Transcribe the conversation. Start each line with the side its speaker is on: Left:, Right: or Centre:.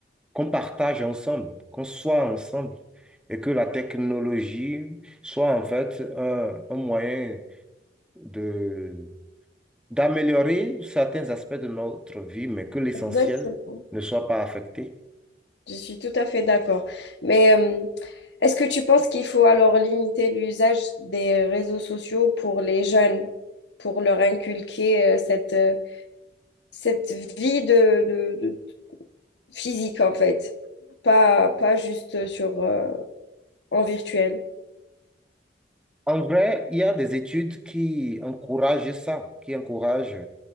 Centre: qu'on partage ensemble, qu'on soit ensemble, et que la technologie soit, en fait, un, un moyen de, d'améliorer certains aspects de notre vie, mais que l'essentiel
Left: Exactement.
Centre: ne soit pas affecté.
Left: Je suis tout à fait d'accord. Mais euh, Est-ce que tu penses qu'il faut alors limiter l'usage des réseaux sociaux pour les jeunes, pour leur inculquer euh, cette, euh, cette vie de, de- de- physique en fait, pas, pas juste sur, euh, en virtuel?
Centre: En vrai, il y a des études qui encouragent ça, qui encouragent